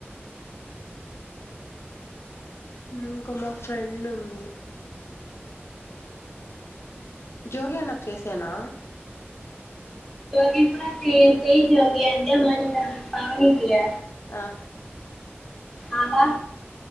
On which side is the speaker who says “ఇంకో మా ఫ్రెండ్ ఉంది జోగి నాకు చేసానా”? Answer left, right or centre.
Left